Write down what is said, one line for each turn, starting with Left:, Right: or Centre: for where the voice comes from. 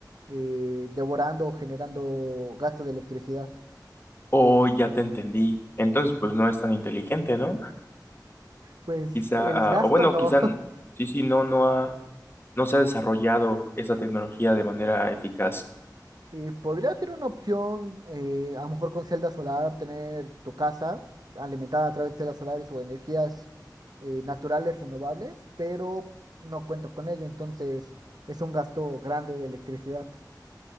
Right: eh, devorando o generando gasto de electricidad.
Left: O ya te entendí. Entonces, pues no es tan inteligente, ¿no?
Right: Pues
Left: quizá,
Right: el gasto
Left: ah, o bueno,
Right: no,
Left: quizá, n- sí, sí, no, no ha, no se ha desarrollado esa tecnología de manera eficaz.
Right: Eh, podría ser una opción, eh, a lo mejor con celda solar, tener tu casa alimentada a través de celdas solares o energías eh, naturales renovables, pero no cuento con ello, entonces es un gasto grande de electricidad.